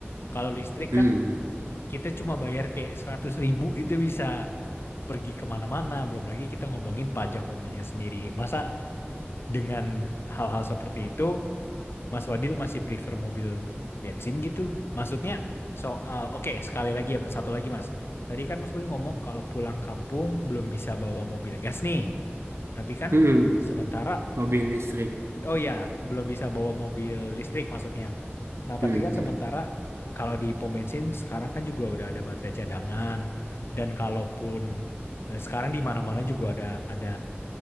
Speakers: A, on the left (about 65°); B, on the right (about 85°).
A: Kalau listrik
B: hmm,
A: kan kita cuma bayar kayak seratus ribu itu bisa pergi kemana-mana. Belum lagi kita ngomongin pajak mobilnya sendiri. Masa dengan hal-hal seperti itu, Mas Wadil masih prefer mobil bensin gitu? Maksudnya soal, oke sekali lagi ya, satu lagi Mas. Tadi kan Mas Wadil ngomong kalau pulang kampung belum bisa bawa mobil gas nih. Tapi kan
B: hmm.
A: sementara,
B: Mobil listrik.
A: oh ya, belum bisa bawa mobil listrik maksudnya. Nah
B: Hmm,
A: tapi kan
B: hmm,
A: sementara kalau di pom bensin sekarang kan juga udah ada baterai cadangan. Dan kalaupun eh, sekarang di mana-mana juga ada ada